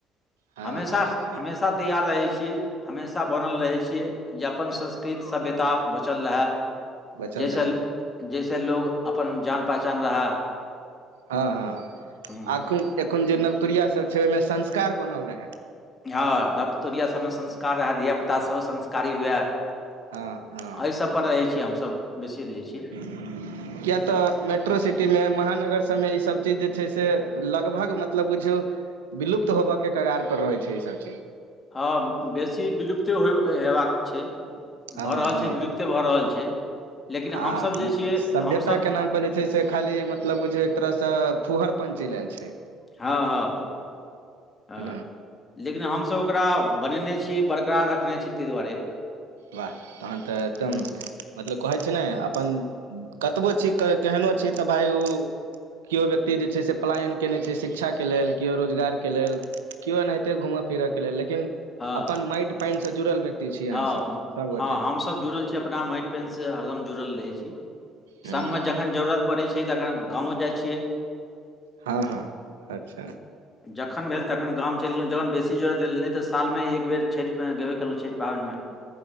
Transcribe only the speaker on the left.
हमेशा
हमेशा तैयार रहै छियै हमेशा बनल रहै छियै जे अपन संस्कृत सभ्यता बचल रहै
जैस
जैसे लोग अपन जान पहचान रहा
हूँ
हँ नवतोरिया सभमे संस्कार रहए धियापुतास सेहो संस्कारी हुए
एहि सब पर रहैत छी हमसब बेसी रहै छी
हँ बेसी विलुप्ते हो हेबाक छै
भऽ रहल
छै विलुप्ते भऽ रहल छै लेकिन
हमसभ जे छियै
हमसभ
हँ हँ हँ
लेकिन हमसभ ओकरा बनेने छीयै बरकरार रखने छी ताहि दुआरे
हूँ
हँ
हँ
हँ हमस जुड़ल छी अपना माटि पेनसँ हरदम जुड़ल रहै छी
संगमे जखन जरूरत जखन जरूरत परय छै तखन गामो जाय छियै
जखन भेल तखन गाम चलि गेलहुँ जखन बेसी जरुरत भेल नहि तऽ साल मे एक बेर छठि में गेबे केलहू पाबनिमे